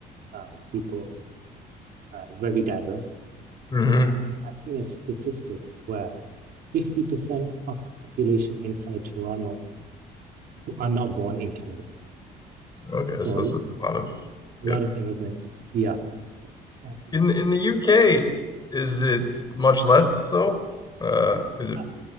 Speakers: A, on the right; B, on the left.
A: um, people are very diverse.
B: hmm
A: Um, I've seen a statistics where 50% of the population inside Toronto are not born in Canada.
B: Okay,
A: So
B: so that's
A: a
B: a lot of
A: lot
B: if.
A: of immigrants. Yeah. Um,
B: In in the UK, is it much less so? Uh, is it?
A: I,